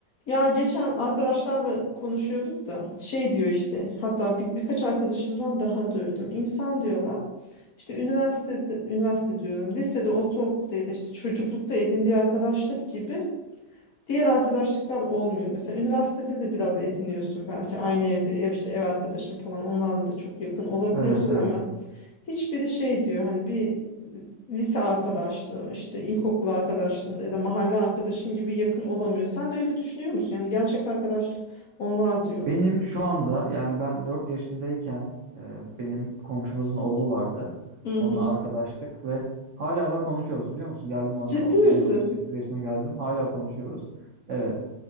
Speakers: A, on the left; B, on the right.
A: Ya geçen arkadaşlarla konuşuyorduk da şey diyor işte hatta bir, birkaç arkadaşımdan daha duydum. İnsan diyorlar işte üniversitede üniversite diyorum lisede ortaokulda ya da işte çocuklukta edindiği arkadaşlık gibi Diğer arkadaşlıklar olmuyor. Mesela üniversitede de biraz ediniyorsun belki aynı evde ev işte ev arkadaşın falan onlarla da çok yakın olabiliyorsun
B: Evet evet.
A: ama hiçbiri şey diyor hani bir lise arkadaşlığı işte ilkokul arkadaşlığında ya da mahalle arkadaşın gibi yakın olamıyor. Sen de öyle düşünüyor musun? Yani gerçek arkadaşlık onlar diyorlar.
B: Benim şu anda yani ben 4 yaşındayken e, benim komşumuzun oğlu vardı.
A: Hı hı.
B: Onunla arkadaştık ve hala da konuşuyoruz biliyor musun? Geldim onun
A: Ciddi
B: yani 37-38
A: misin?
B: yaşına geldim. Hala konuşuyoruz. Evet.